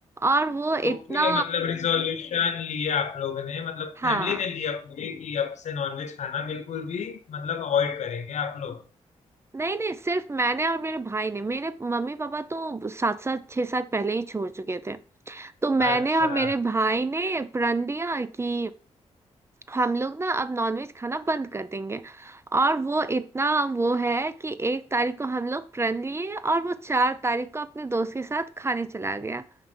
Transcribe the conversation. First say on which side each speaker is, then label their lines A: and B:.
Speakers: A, on the right (about 20°); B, on the left (about 65°).
A: और वो
B: ओके
A: इतना
B: मतलब रिजोल्यूशन लिया आप लोगों ने मतलब
A: हाँ
B: फैमिली ने लिया पूरी कि अब से नॉनवेज खाना बिल्कुल भी मतलब अवॉइड करेंगे आप लोग
A: नहीं नहीं सिर्फ मैंने और मेरे भाई ने मेरे मम्मी पापा तो सात सात छह साल पहले ही छोड़ चुके थे तो मैंने
B: अच्छा
A: और मेरे भाई ने प्रण लिया कि हम लोग ना अब नॉनवेज खाना बंद कर देंगे और वो इतना वो है कि एक तारीख को हम लोग प्रण लिए और वो चार तारीख को अपने दोस्त के साथ खाने चला गया